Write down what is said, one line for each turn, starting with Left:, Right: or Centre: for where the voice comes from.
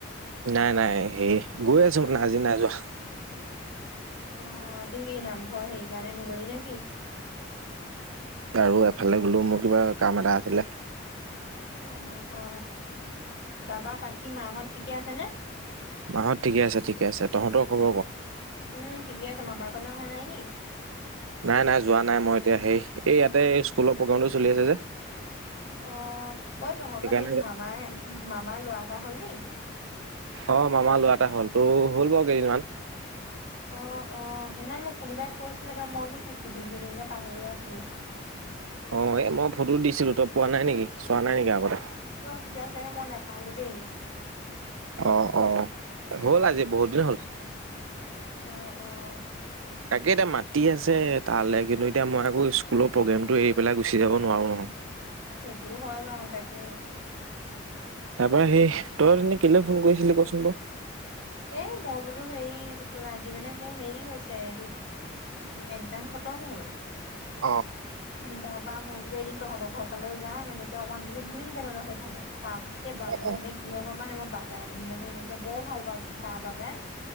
Right: নাই, নাই, সেই গৈ আছো মানে আজি নাই যোৱা
Left: অ আজি সেই নামঘৰ সেইকাৰণে নগলি নেকি?
Right: আৰু এফালে গলেও মোৰ কিবা কাম এটা আছিলে
Left: অ, অ, তাৰপা বাকী মাহঁত ঠিকে আছে নে?
Right: মাহঁত ঠিকে আছে, ঠিকে আছে, তহঁতৰ খবৰ কো?
Left: উম, ঠিকে আছে, মামাৰ ঘৰলৈ অহা নাই নি?
Right: নাই, নাই, যোৱা নাই, মই এতিয়া সেই, এই ইয়াতে স্কুলৰ প্ৰগ্ৰোমটো চলি আছে যে
Left: অ' ঐ তহঁতৰ
Right: সেইকাৰণে
Left: সেই মামাৰ, মামাৰ ল'ৰা এটা হল নি? <inaudible>
Right: অ মামাৰ ল'ৰা এটা হ'ল, ত' হ'ল বাৰু কেইদিনমান
Left: অ, অ, সেইদিনা মোক কোনোবাই কৈছিলে, ত মই তোক সুধিম-সুধিম কে পাহৰিয়ে আছিলো।
Right: অ এ মই ফটো দিছিলো, তই পোৱা নাই নেকি? চোৱা নাই নেকি আগতে?
Left: অ তেতিয়াহ'লে চাগে মই নাপালো দেই
Right: আহ অ হ'ল আজি বহুত দিন হ'ল
Left: আহ আহ
Right: তাকে এতিয়া মাতি আছে তালে কিন্তু এতিয়া মই আকৌ স্কুলৰ প্ৰগ্ৰেমতটো এৰি পেলাই গুচি যাব নোৱাৰো নহয়
Left: সেইটোও হয় বাৰু তাকে
Right: তাৰপৰা সেই তই এ কেলে ফোন কৰিছিলি কচোন ক
Left: এ মই বোলো হেৰি আজি মানে মোৰ হেৰি হৈছে এই এক্জাম খতম হ'ল
Right: অ
Left: তাৰ বা মই বো এদিন তহঁতৰ ঘৰ ফালেও যাম এনেক অকমান বো ঘূৰিম কেনেহৰ সেইফালে চা এই বা মই
Right: অ।
Left: মানে কি হয়ম পা মানে মই বাগান মানে এনেকে বৰ ভাল পাওঁ চাহ বগান